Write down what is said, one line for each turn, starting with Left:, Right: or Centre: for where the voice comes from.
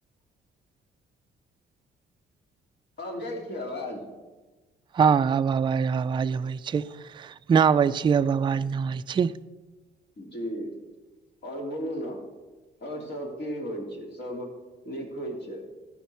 Left: अब जाइ छिय आवाज
Right: हँ आब आवाज आवाज अबै छै नहि अबै छी आब आवाज नहि अबै छी।
Left: जी आओर बोलू ने आओर सब की होइ छै सब नीक होइ छै।